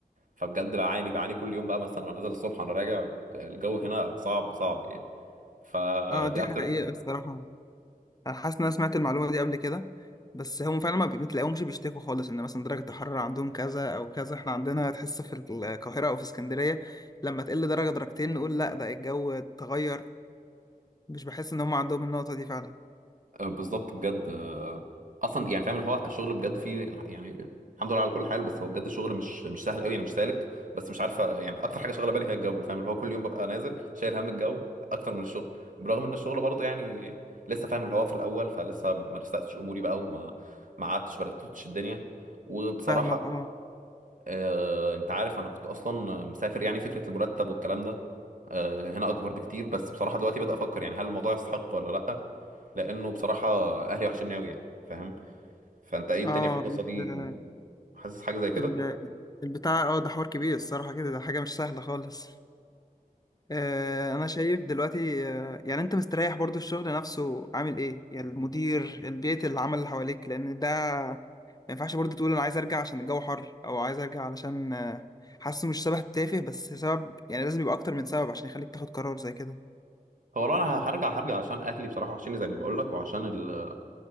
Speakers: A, on the right (about 60°); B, on the left (about 25°).
A: فبجد بعاني بعاني كل يوم بقى مثلا وانا نازل الصبح وانا راجع الجو هنا صعب صعب يعني فدي
B: آه دي
A: اكتر
B: حقيقة الصراحة أنا حاسس إن أنا سمعت المعلومة دي قبل كده بس هم فعلا ما بتلاقيهمش بيشتكوا خالص إن مثلا درجة الحرارة عندهم كذا أو كذا إحنا عندنا تحس في القاهرة أو في اسكندرية لما تقل درجة درجتين نقول لأ ده الجو اتغير مش بحس إن هم عندهم النقطة دي فعلا
A: آه، بالظبط بجد آه، اصلا يعني فاهم اللي هو الشغل بجد فيه الح- يعني الحمد لله على كل حال بس هو بجد الشغل مش مش سهل قوي يعني مش سالك بس مش عارفه يعني اكتر حاجه شغاله بالي هي الجو فاهم اللي هو كل يوم ببقى نازل شايل هم الجو اكتر من الشغل برغم ان الشغل برضه يعني لسه فاهم اللي هو في الاول فلسه ما رستقتش اموري بقى وما ما قعدتش ما رتبتش الدنيا وبصراحه
B: فاهمك اه
A: آه، انت عارف انا كنت اصلا مسافر يعني فكره المرتب والكلام ده آه، هنا اكبر بكتير بس بصراحه دلوقتي بدأ افكر يعني هل الموضوع يستحق ولا لا لانه بصراحه اهلي وحشني قوي يعني فاهم فانت ايه الدنيا
B: اه
A: في القصه
B: انت-
A: دي حاسس حاجه زي كده
B: ال- البتاع اه ده حوار كبير الصراحة كده ده حاجة مش سهلة خالص آه انا شايف دلوقتي آه يعني انت مستريح برضو الشغل نفسه عامل ايه يعني المدير البيئة العمل اللي حواليك لان ده ما ينفعش برضو تقول انا عايز ارجع عشان الجو حر او عايز ارجع علشان آه، حاسه مش سبب تافه بس سبب يعني لازم يبقى اكتر من سبب عشان يخليك تاخد قرار زي كده
A: هو لو انا هرجع هرجع عشان اهلي بصراحه وحشني زي ما بقول لك وعشان ال...